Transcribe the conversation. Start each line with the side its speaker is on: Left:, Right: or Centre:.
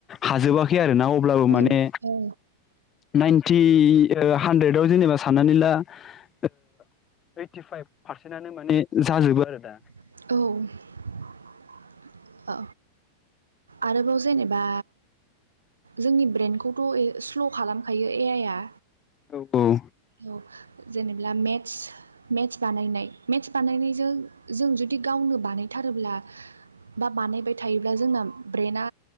Left: हाजोबाखै आरोना अब्लाबो
Right: औ
Left: माने नायन इ ओ हानद्रेदाव जेनेबा साननानै ला ओ ओइटिफाइभ पारसेन्टआनो माने जाजोबो आरो दा।
Right: औ ओ आरोबाव जेनेबा। जोंनि ब्रेन्डखौथ' ए स्ल' खालामखायो ए आइ आ
Left: औ औ
Right: औ जेनेब्ला मेत्स मेत्स बानायनाय मेत्स बानायनायजों जों जुद जुदि गावनो बानायथारोब्ला बा बानायबाय थायोब्ला जोंना ब्रेना